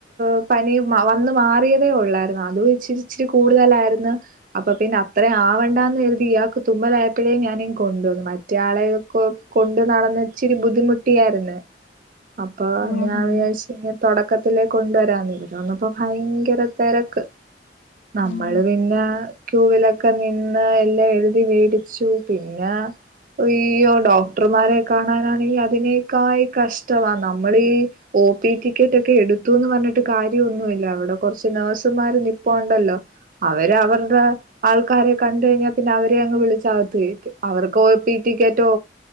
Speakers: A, on the right; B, on the left.
A: പ്പം പനി മ വന്ന് മാറിയതേ ഒള്ളായിരുന്നു. അതും ഇച്ചിച്ചിരി കൂടുതലായിരുന്നു അപ്പൊ പിന്നെ അപ് അത്രയും ആവണ്ടാ എന്ന് കരുതി ഇയാൾക്ക് തുമ്മലായപ്പോഴേ ഞാനിങ്ങ് കൊണ്ടുവന്നു മറ്റുയാളെ യെക്യൊക്കെ കൊണ്ട് നടന്ന് ഇച്ചിരി ബുദ്ധിമുട്ടിയായിരുന്നു അപ്പൊ
B: ആഹ്
A: ഞാൻ
B: ഉം
A: വിചാരിചിങ്ങനെ തുടക്കത്തിലേ കൊണ്ടുവരാന്ന് ഇവിടെ വന്നപ്പോ ഭയങ്കര തിരക്ക് നമ്മള്
B: ഉം
A: പിന്നെ ക്യൂവിലൊക്കെ നിന്ന് എല്ലാം എഴുതി വേടിച്ചു പിന്നെ അയ്യോ ഡോക്ടർമാരെ കാണാനാണെങ്കിഅതിനകായും കഷ്ടവാനമ്മൾ ഈ ഒ പി ടിക്കറ്റ് ഒക്കെ എടുത്തുന്ന് പറ ന്നിട്ട് കാര്യംന്നുമല്ല അവിടെ കുറച്ച് നേഴ്സുമാര്നിപ്പഉണ്ടല്ലോ അവര് അവരുടെ ആൾക്കാരെ കണ്ട കഴിഞ്ഞാൽ പിന്നെ അവരെ അങ്ങ് വിളിച്ചകത്ത് കേറ്റുംഅവർക്ക് ഒ പി ടി ടിക്കറ്റോ